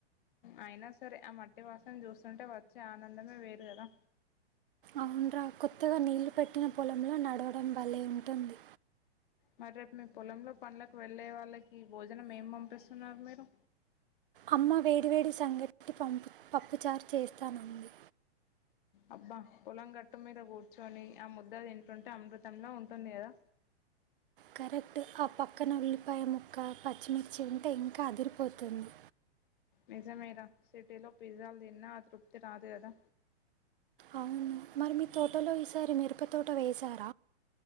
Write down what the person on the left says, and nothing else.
అయినా సరే ఆ మట్టి వాసన చూస్తుంటే వచ్చే ఆనందమే వేరు కదా
మరి రేప్ మీ పొలంలో పండ్లకు వెళ్ళే వాళ్ళకి భోజనం ఏం పంపిస్తున్నారు మీరు
అబ్బా పొలం గట్టు మీద కూర్చొని ఆ ముద్దది తిన్టుంటే అమృతంలా ఉంటుంది కదా
నిజమేర సిటీలో పిజ్జాలు తిన్నా ఆ తృప్తి రాదు కదా